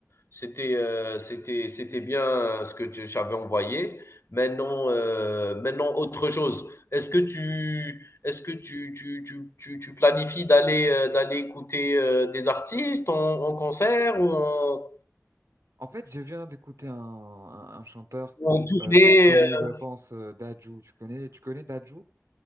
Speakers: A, on the left (about 55°); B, on the right (about 75°).
A: c'était, heu, c'était c'était bien ce que tu j'avais envoyé. Maintenant, heu, maintenant autre chose. Est-ce que tu est-ce que tu tu tu tu tu planifies d'aller, heu, d'aller écouter, heu, des artistes en en concert ou en
B: En fait, je viens d'écouter un, un, un chanteur,
A: ou en tournée,
B: euh, tu le connais,
A: heu?
B: je pense, euh, Dadju. Tu connais, tu connais Dadju?